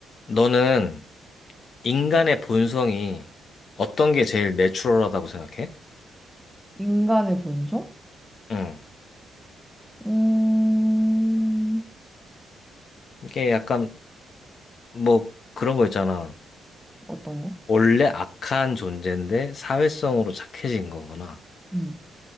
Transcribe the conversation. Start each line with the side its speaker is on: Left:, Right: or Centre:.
Left: 너는 인간의 본성이 어떤 게 제일 내추럴하다고 생각해?
Centre: 인간의 본성?
Left: 응.
Centre: 음,
Left: 이게 약간 뭐 그런 거 있잖아.
Centre: 어떤 거?
Left: 원래 악한 존재인데 사회성으로 착해진 거거나,
Centre: 음.